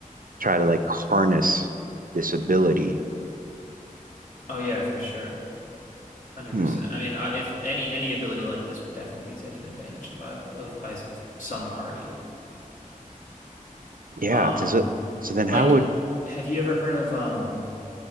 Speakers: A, on the right; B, on the left.
A: try to like harness this ability.
B: Oh yeah, for sure. 100%.
A: Hmm.
B: I mean, I, if any any ability like this would definitely be taken advantage of by of by s- some party.
A: Yeah.
B: Um
A: it's- is it- so then
B: like
A: how would,
B: have you ever heard of um